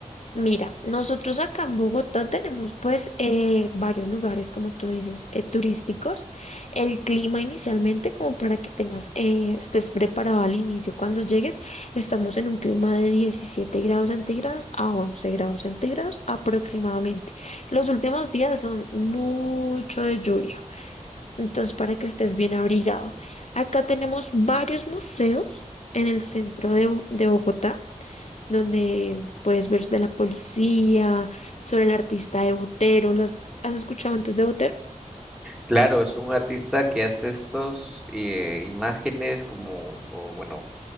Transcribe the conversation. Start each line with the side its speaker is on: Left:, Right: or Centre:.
Left: Mira, nosotros acá en Bogotá tenemos pues eh, varios lugares, como tú dices, eh, turísticos. El clima inicialmente, como para que tengas, eh, estés preparado al inicio. Cuando llegues, estamos en un clima de 17 grados centígrados a 11 grados centígrados aproximadamente. Los últimos días son mucho de lluvia, entonces para que estés bien abrigado. Acá tenemos varios museos en el centro de de Bogotá donde puedes ver de la policía, sobre el artista de Botero, ¿los has escuchado antes de Botero?
Centre: Claro, es un artista que hace estos eh, imágenes como, o, bueno,